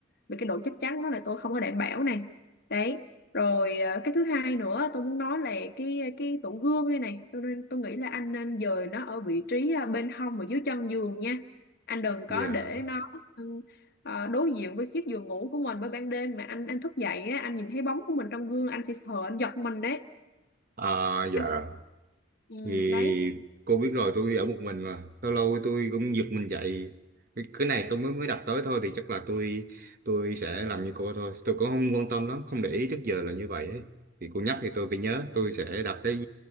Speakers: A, on the left (about 55°); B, on the right (about 45°).
A: bị cái độ chắc chắn nó là tôi không có đảm bảo này. Đấy. Rồi ờ, cái thứ hai nữa tôi muốn nói là cái ờ, cái tủ gương đây này. Tôi nên tôi nghĩ là anh nên dời nó ở vị trí ờ, bên hông và dưới chân giường nha. Anh đừng có
B: dạ
A: để nó ờ, đối diện với chiếc giường ngủ của mình bởi ban đêm mà anh anh thức dậy á, anh nhìn thấy bóng của mình trong gương anh sẽ sợ anh giật mình đấy
B: à, dạ
A: anh ừ,
B: thì
A: đấy
B: cô biết rồi tôi ở một mình là lâu lâu tôi cũng giật mình dậy cái, cái này tôi mới mới đặt tới thôi thì chắc là tôi tôi sẽ làm như cô thôi tôi cũng không quan tâm lắm không để ý trước giờ là như vậy ấy. thì cô nhắc thì tôi phải nhớ tôi sẽ đặt cái